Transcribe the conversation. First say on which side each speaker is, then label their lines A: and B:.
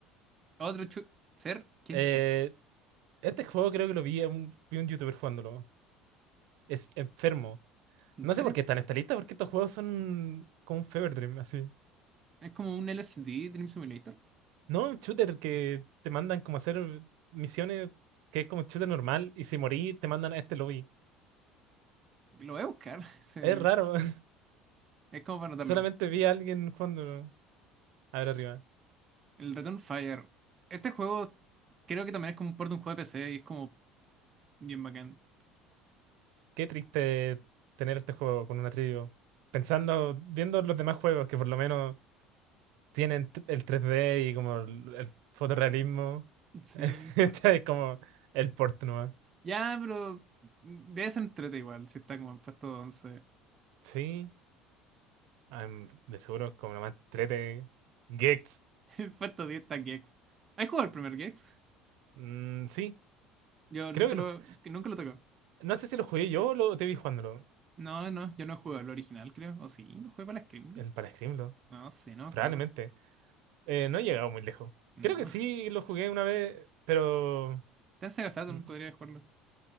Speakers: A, on the right; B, on the right.
A: Otro chu- ser, ¿qué
B: Eh,
A: es esto?
B: este juego creo que lo vi a un, vi un youtuber jugándolo. Es enfermo.
A: ¿En
B: No
A: serio?
B: sé por qué está en esta lista, porque estos juegos son como un fever dream, así.
A: Es como un LSD Dream Simulator.
B: No, un shooter que te mandan como a hacer misiones que es como un shooter normal y si morí te mandan a este lobby.
A: Lo voy a buscar. <laughs> Sí.
B: Es raro. <laughs>
A: Es como para notarlo.
B: Solamente vi a alguien jugándolo. A ver arriba.
A: El Return Fire. Este juego creo que también es como un port de un juego de PC y es como bien bacán.
B: Qué triste tener este juego con una trío. Pensando, viendo los demás juegos que por lo menos tienen t- el 3D y como el, el fotorrealismo.
A: Sí.
B: <laughs> Este es como el port nomás.
A: Ya, pero debe ser entrete igual, si está como en puesto once
B: Sí, am- de seguro es como nomás 3D. Gex.
A: <laughs> En puesto diez está Gex. ¿Has jugado el primer Gex?
B: Mm, sí,
A: Yo nunca
B: creo que
A: lo,
B: lo.
A: que nunca lo tocó.
B: No sé si lo jugué yo o lo te vi jugándolo.
A: No, no, yo no he jugado el original, creo. ¿O sí? no jugué para la Scream?
B: El para Screamlo.
A: No sé, no me
B: Probablemente.
A: acuerdo.
B: Eh, no he llegado muy lejos.
A: No.
B: Creo que sí lo jugué una vez, pero.
A: Está en Sega Saturn,
B: mm,
A: podría jugarlo.